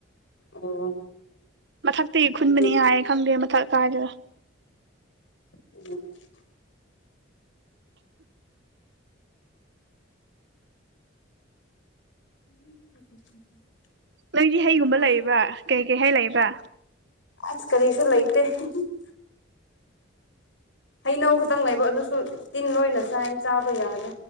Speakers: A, on the left (about 70°); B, on the right (about 60°).
A: ꯑꯣ
B: ꯃꯥꯊꯛꯇꯒꯤ
A: ꯍꯣꯏꯗꯤ
B: ꯈꯨꯟꯕꯅꯦ ꯍꯥꯏꯌꯦ ꯈꯪꯗꯦ ꯃꯊꯛ ꯀꯥꯏꯗꯥꯔ
A: <unintelligible> <unintelligible>
B: ꯅꯣꯏꯗꯤ ꯍꯩꯒꯨꯝꯕ
A: ꯎ
B: ꯂꯩꯕ꯭ꯔꯥ ꯀꯩ ꯀꯩ ꯍꯩ ꯂꯩꯕ
A: ꯑꯁ ꯀꯔꯤꯁꯨ ꯂꯩꯇꯦ <unintelligible> ꯍꯩꯅꯧ ꯈꯛꯇꯪ ꯂꯩꯕ ꯑꯗꯨꯁꯨ ꯇꯤꯟ ꯂꯣꯏꯅ ꯆꯥꯏꯌꯦ ꯆꯥꯕ ꯌꯥꯗꯦ